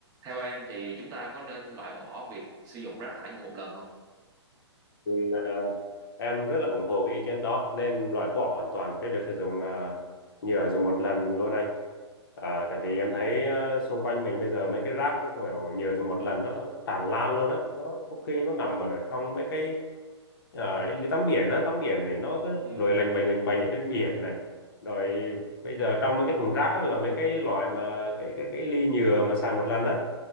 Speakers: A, on the right (about 25°); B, on the left (about 55°).
A: Theo em thì chúng ta có nên loại bỏ việc sử dụng rác thải nhựa một lần không?
B: Ừ, à, em rất là ủng hộ cái ý kiến đó nên loại bỏ hoàn toàn cái việc sử dụng à, nhựa dùng một lần luôn anh à, tại vì em thấy ờ, xung quanh mình bây giờ mấy cái rác cái kiểu nhựa dùng một lần nó tràn lan luôn á nó có khi nó nằm ở trong mấy cái ờ, đi tắm biển á tắm biển này nó cứ
A: Ừ.
B: lội lành bềnh lành bềnh ở trên biển này rồi bây giờ trong mấy cái thùng rác á, là mấy cái loại mà cái cái cái ly nhựa mà xài một lần á